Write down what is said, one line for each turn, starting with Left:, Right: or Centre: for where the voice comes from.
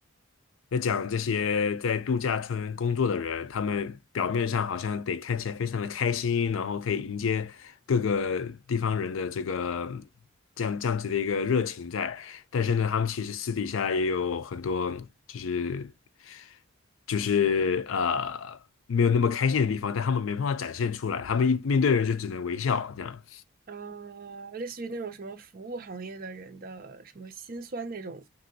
Left: 在讲这些在度假村工作的人，他们表面上好像得看起来非常的开心，然后可以迎接各个地方人的这个这样这样子的一个热情在，但是呢，他们其实私底下也有很多就是就是呃没有那么开心的地方，但他们没办法展现出来，他们一面对人就只能微笑这样。
Right: 呃，类似于那种什么服务行业的人的什么辛酸那种。